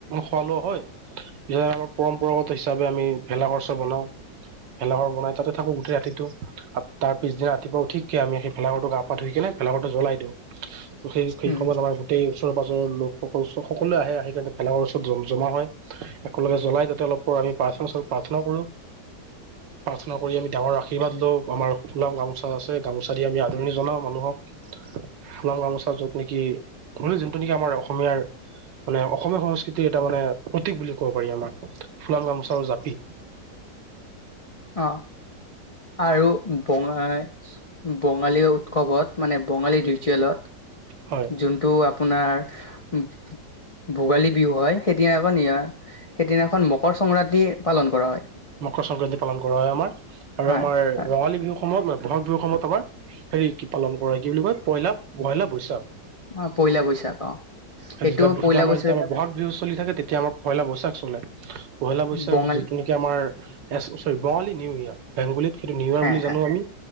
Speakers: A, on the right; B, on the left.
A: খুৱালোও হয় আমি পৰম্পৰাগত হিচাপে আমি ভেলাঘৰ চৰ বনাওঁ ভেলাঘৰ বনাই তাতে থাকো গোটেই ৰাতিটো তাৰ পিছ দিনা ৰাতিপুৱা উঠি কি আমি সেই ফেলাকৰো পা ধই কেনে ভেলা ঘৰটো জ্বলাই দিওঁ সেই সেই
B: উম
A: সময়ত আমাৰ গোটেই ওচৰে পাজৰ লোকসকল সকলোৱ আহে আহি ভেলাৰ ওচৰতম জমা হয় সকলোকে জ্বলাই তাতে অলপ প আমি প্ৰাৰ্থ প্ৰাৰ্থনা কৰোঁ, প্ৰাৰ্থনা কৰি আমি ডাঙৰ আশীৰ্বাদ লওঁ আমাৰ সনাম গামোচা আছে গামোচা দি আমি আদৰণি জনাওঁ মানুহক, সাম গামোচা য'ত নেকি যোনটো নেকি আমাৰ অসমীয়াৰ মানে অসমীয়া সংস্কৃতিৰ এটা মানে প্ৰতীক বুলি ক ক'ব পাৰি আমাৰ ফুলাম গামোচা জাপি
B: অ আৰু ব বঙালী উৎসৱত মানে বঙালী ৰিচুৱেলত
A: হয়
B: যোনটো আপোনাৰ উ ভোগালী বিহু হয় সেইদিনা নিশা দিনা সেইদিনাখন মকৰ সংক্ৰান্তি পালন কৰা হয়
A: মকৰ সংক্ৰান্তি পালন কৰা হয় আমাৰ আৰু
B: হয়
A: আমাৰ
B: হয়
A: ৰঙালী বিহু সময়ত ন বহাগ বিহুৰ সময়ত আমাৰ হেৰি কি পালন কৰা হয় কি বুলি কয় পয়লা বইলা বৈশাখ
B: অ পয়লা বৈশাখ অ এইটো
A: যেতিয়াতিয়া
B: পয়লা
A: আমাৰ
B: বৈশাখ
A: যেতিয়া আমাৰ বহাগ বিহু চলি থাকে তেতিয়া আমাৰ পয়লা বস্তি চাকচল পহিলা বৈশা
B: বঙালী
A: যিটোনি চৰি বঙালী নিউ ইয়ৰ্ক বেংগলীত সেইটো নিউৱাৰ
B: হে
A: বুলি জানো
B: হে
A: আমি